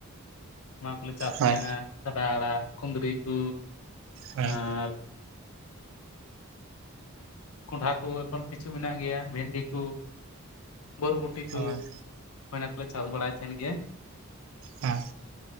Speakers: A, on the left (about 70°); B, on the right (about 60°).
A: ᱚᱱᱟ ᱠᱚᱞᱮᱼᱼ ᱪᱟᱥ
B: ᱦᱳᱭ
A: ᱛᱟᱦᱮᱸᱱᱟ ᱠᱷᱟᱰᱟ ᱟᱲᱟᱜ ᱠᱩᱸᱫᱽᱨᱤ ᱠᱚ
B: ᱦᱳᱭ
A: ᱟᱨᱼᱼ ᱠᱚᱸᱰᱷᱦᱟ ᱠᱩ ᱮᱠᱷᱚᱱ ᱠᱤᱪᱷᱩ ᱢᱮᱱᱟᱜ ᱜᱮᱭᱟ ᱵᱷᱤᱱᱰᱤ ᱠᱩ ᱵᱚᱨᱵᱩᱴᱤ ᱠᱩ᱾
B: ᱦᱳᱭ
A: ᱦᱩᱭ ᱱᱟ ᱠᱚᱞᱮ ᱪᱟᱥ ᱵᱟᱲᱟᱭ ᱛᱟᱦᱮᱸᱱ ᱜᱮ
B: ᱦᱟᱸ